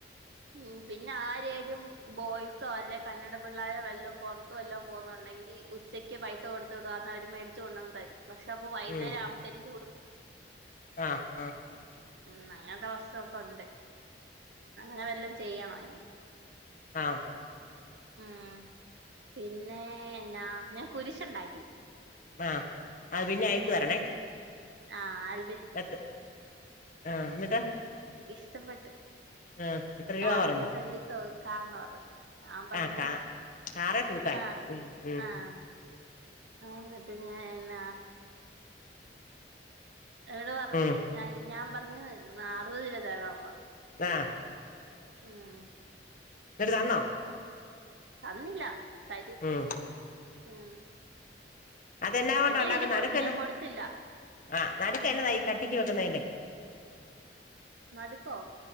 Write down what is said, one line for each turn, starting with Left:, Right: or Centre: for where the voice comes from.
Right: ഉം പിന്നെ ആരേലും ബോയ്സോ അല്ലെ കന്നട പിള്ളേരോ വല്ലോം പുറത്തും വല്ലോം പോ വുന്നുണ്ടെങ്കി ഉച്ചക്ക് പൈസ കൊടുത്തുവിടും അതവര് മേടിച്ചു കൊണ്ടുവന്ന് തരും, പക്ഷെ അപ്പ വൈകുന്നേരം
Left: ഉം
Right: ആവുമ്പാതെനും ചൂട് പോവും
Left: ആഹ് ആഹ്
Right: ഉം അങ്ങനത്തെ ദിവസൊക്കെ ഉണ്ട്. അങ്ങനെ വല്ലം ചെയ്യണംഇനി.
Left: ആഹ്
Right: ഉം പിന്നെ എന്നാ ഞാൻ കുരിശുണ്ടാക്കി.
Left: ആഹ് അത് പിന്നെ അയച്ച്
Right: ഉം
Left: തരണേ.
Right: ആഹ് അ
Left: എത്ര ആഹ് എന്നിട്ട്
Right: ഇഷ്ടപ്പെട്ട്
Left: ആഹ് എത്ര രൂപ
Right: കാറിന്റെ
Left: പറഞ്ഞു
Right: ഫ്രണ്ടി തൂകാന്ന് പറഞ്ഞ്. ഞാൻ പറഞ്ഞ്
Left: ആഹ് കാ കാറെ തൂക്കാൻ
Right: ആഹ്
Left: ഉം ഉം
Right: ആഹ് ആഹ് ന്നിട്ട് ഞാൻ എന്ന എന്നോട് പറഞ്ഞ്
Left: ഉം
Right: ഞാൻ പറഞ് അറുപത് രൂപ തരാന്ന് പറഞ്ഞു.
Left: ആഹ്
Right: ഉം
Left: നട്ട് തന്നോ?
Right: തന്നില്ല തരും.
Left: ഉം
Right: ഉം
Left: അത എന്നാ കൊണ്ട
Right: എന്റെൽ
Left: ഉണ്ടാകുന്നെ
Right: ഇരിപ്പുണ്ട്
Left: നടുക്കന്ന
Right: ഞാൻ കൊടുത്തില്ല
Left: ആഹ് നടുക്കന്നതാ ഈ കട്ടിക്ക് വെക്കുന്നതിന
Right: നടുക്കോ?